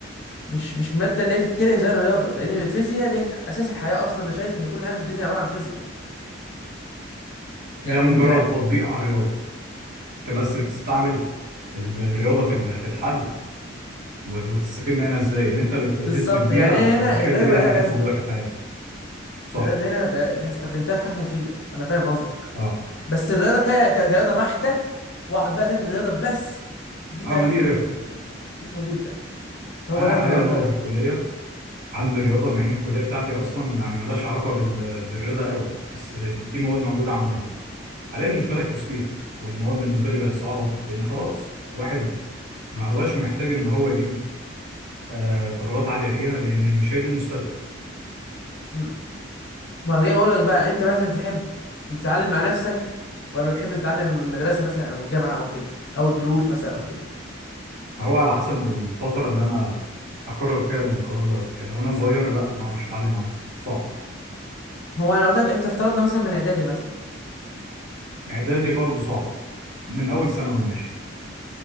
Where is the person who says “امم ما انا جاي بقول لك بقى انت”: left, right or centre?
Left